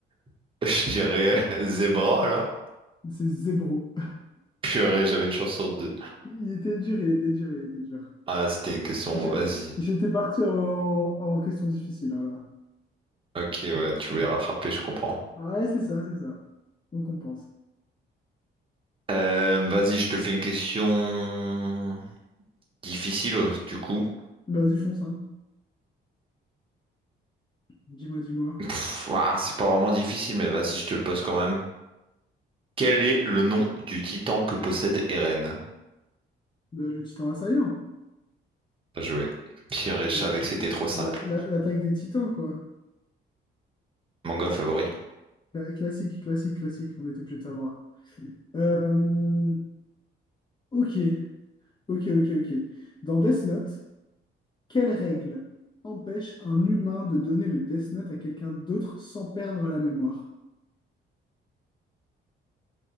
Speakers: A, on the right (about 25°); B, on the left (about 25°).
A: <laughs> je dirais Zebra, alors.
B: C'est zébro.
A: Purée, j'avais une chance sur deux.
B: Il était dur, il était dur, il était dur.
A: Ah, c'était une question,
B: Je-
A: vas-y.
B: J'étais parti en, en question difficile, hein, là.
A: Ok, ouais, tu voulais rattraper, je comprends.
B: Ouais, c'est ça, c'est ça. On compense.
A: Euh, vas-y, je te fais une question difficile, euh, du coup.
B: Vas-y, fonce, hein. Dis-moi, dis-moi.
A: Pff, ouah, c'est pas vraiment difficile, mais vas-y, je te le pose quand même. Quel est le nom du titan que possède Eren?
B: Le, le titan assaillant.
A: Bien joué. Purée,
B: La-
A: je savais que c'était trop simple.
B: la- la- L'attaque des titans, quoi.
A: Manga favori.
B: Euh, classique, classique, classique, on était obligé de savoir. Euh, ok, ok, ok, ok. Dans Death Note, quelle règle empêche un humain de donner le Death Note à quelqu'un d'autre sans perdre la mémoire?